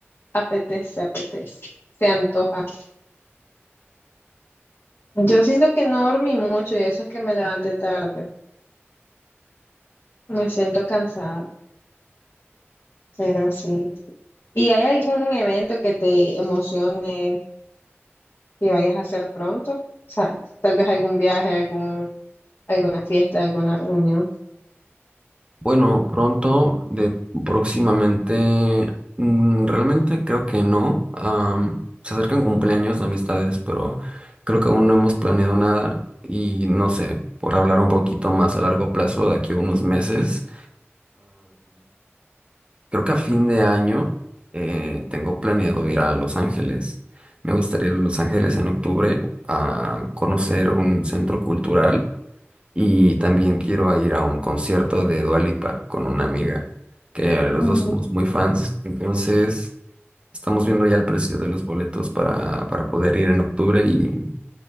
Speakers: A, on the left; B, on the right.
A: Apetece, apetece. Se antoja. Yo siento que no dormí mucho y eso es que me levanté tarde. Me siento cansada, pero sí. ¿Y hay algún evento que te emocione? que vayas a hacer pronto. O sea, tal vez algún viaje, algún, alguna fiesta, alguna reunión.
B: Bueno, pronto, de próximamente, mm, realmente creo que no. Am, se acercan cumpleaños de amistades, pero creo que aún no hemos planeado nada y no sé, por hablar un poquito más a largo plazo, de aquí a unos meses. Creo que a fin de año eh, tengo planeado ir a Los Ángeles. Me gustaría ir a Los Ángeles en octubre a conocer un centro cultural y también quiero a ir a un concierto de Dua Lipa con una amiga, que los
A: Ujú,
B: dos somos muy fans. Entonces, estamos viendo ya el precio de los boletos para, para poder ir en octubre y